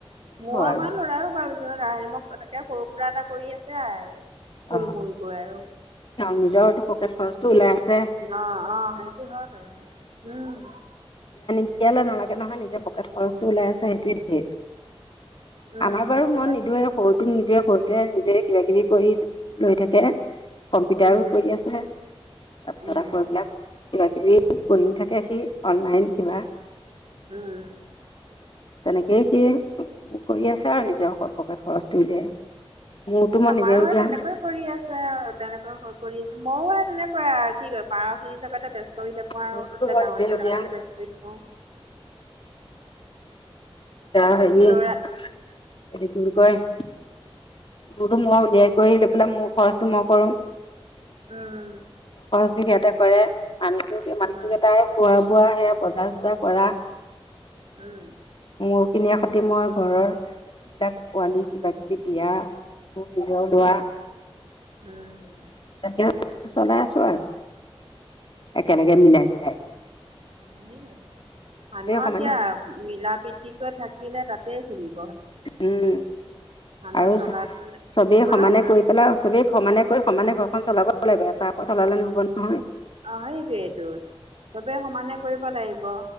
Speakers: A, on the right; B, on the left.
A: মোৰ আমাৰ
B: আৰু
A: ল'ৰাৰো । এনেকে কৰোঁ কিবা এটা কৰি আছে আৰু। থুল-মূল
B: অ',
A: কৈ আৰু।
B: নিজৰটো খৰচটো ওলাই। আছে
A: অঁ-অঁ! সেইটো হয় বাৰু । উম!
B: এইয়ালৈ নালাগে নহয়, নিজৰ পকেট খৰচটো ওলাই আছে সেইটোৱেই ধেই
A: উম
B: আমাৰ বাৰু
A: সেইটো
B: মই
A: হয়
B: নিদোৱেই, সৰুটোক নিদোৱেই সৰুটোৱেই নিজে কিবা-কিবি কৰি লৈ থাকে। কম্পিউটাৰো
A: উম
B: কৰি আছে, তাৰপিছত
A: উম
B: আকৌ এইবিলাক কিবা কিবি কৰিও থাকে সি অনলাইন কিব
A: উম।
B: তেনেকেই সি কৰি আছে আৰু নিজৰ পকেট খৰচটো উলিয়াই। মোৰতো মই
A: আমাৰো
B: নিজে উলিয়াও
A: এই তেনেকৈ কৰি আছে তেনেক। ন হ কৰি আছে ময়ো সে তেনেকে। কয় আও পাৰখিনি কি কয় বেষ্ট। ব্যস্ত হৈ থাকো আৰু
B: মোৰতো
A: যে
B: মই
A: গাহৰিকেইটা
B: নিজে উলিয়াও
A: লগতে ব্যস্ত হৈ থাকো
B: তা হেৰি।
A: ল'ৰা
B: এটো কি বুলি কয় মোৰতো মই উলিয়াই কৰি লৈ পেলাই মোৰ খৰচটো মই কৰো।
A: উম।
B: সিহতে কৰে আন।
A: উম
B: মানুহ তোক এটাই খোৱা। বোৱা সেয়া বজাৰ চজাৰ কৰা।
A: উম।
B: মোৰ খিনিৰ সতে মই ঘৰৰ এইবিলাক। পোৱালি কিবা
A: উম
B: কিবি দিয়া। ম নিজৰলোৱা।
A: উম।
B: তাকে চলাই আছো আৰু একেলগে মিলাই জোলাই।
A: মানুহৰ
B: সমানে
A: কিয় মিলা প্ৰীতিকৈ থাকিলে তাত। তে চলি।
B: উম
A: মানুহৰ
B: আৰু
A: চলাটো
B: চ
A: মানে
B: চবেই
A: হা
B: সমানে কৰি পেলাই আৰু চবেই। সমানে কৰি সমানে ঘৰখন চলাব লাগিব চলালে নহব নহয়।
A: অ সেইটোৱেইটো চবেই সমানে কৰিব লাগিব